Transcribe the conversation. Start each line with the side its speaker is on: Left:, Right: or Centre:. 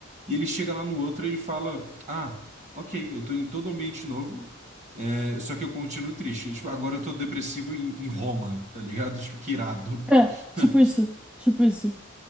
Right: E ele chega lá no outro e ele fala: Ah, ok, eu tô em todo ambiente novo, é, só que eu continuo triste. Tipo, agora eu tô depressivo em, em Roma, tá ligado? Tipo, que irado.
Centre: é, tipo
Right: <laughs>
Centre: isso, tipo isso.